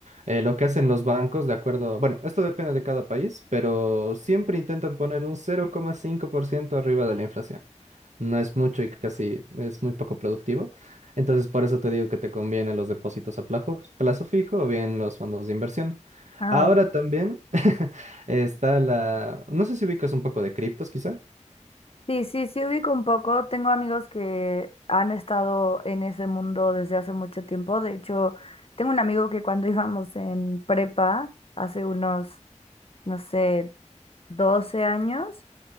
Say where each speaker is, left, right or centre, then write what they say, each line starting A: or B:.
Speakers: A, on the right; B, on the left.
A: Eh, lo que hacen los bancos, de acuerdo, bueno, esto depende de cada país, pero siempre intentan poner un cero coma cinco por ciento arriba de la inflación no es mucho y casi es muy poco productivo. Entonces, por eso te digo que te convienen los depósitos a plazo, plazo fijo o bien los fondos de inversión.
B: Ah,
A: Ahora también <laughs> está la, no sé si ubicas un poco de criptos, quizá.
B: Sí, sí, sí ubico un poco. Tengo amigos que han estado en ese mundo desde hace mucho tiempo. De hecho, tengo un amigo que cuando <laughs> íbamos en prepa, hace unos, no sé, 12 años,